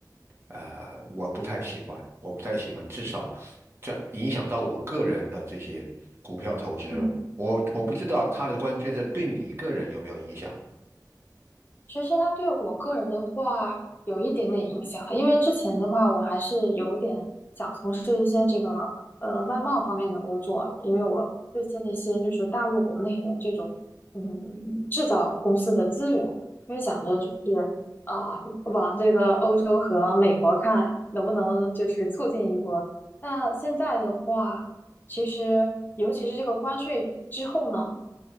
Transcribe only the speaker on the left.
嗯
其实它对我个人的话有一点点影响，因为之前的话我还是有点想从事一些这个呃外贸方面的工作，因为我对接的一些就是大陆国内的这种嗯制造公司的资源，因为想着就是啊、往这个欧洲和美国看能不能就是促进一波。那现在的话。其实尤其是这个关税之后呢，